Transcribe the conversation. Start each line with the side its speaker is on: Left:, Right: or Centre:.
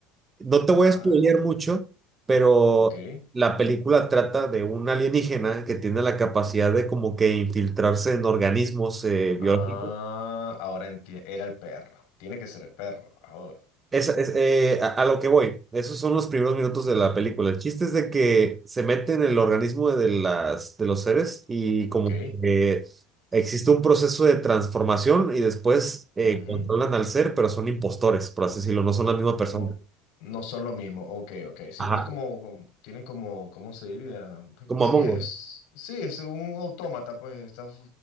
Right: No te voy
Left: ay,
Right: a spoilear mucho, pero
Left: ok.
Right: la película trata de un alienígena que tiene la capacidad de como que infiltrarse en organismos eh,
Left: Ah,
Right: biológicos
Left: ahora entiendo. Era el perro. Tiene que ser el perro. Ahora.
Right: Es, es, eh, a, a lo que voy, esos son los primeros minutos de la película. El chiste es de que se mete en el organismo de las, de los seres y como
Left: Ok.
Right: que existe un proceso de transformación y después eh,
Left: ujú,
Right: controlan al ser, pero son impostores, por así decirlo, no son la misma persona.
Left: Oh, no son lo mismo. Ok, ok. Sí,
Right: Ajá.
Left: es como, como- tienen como, ¿cómo se diría?
Right: Como
Left: Sí,
Right: Among
Left: es,
Right: Us.
Left: sí, es un autómata, pues está,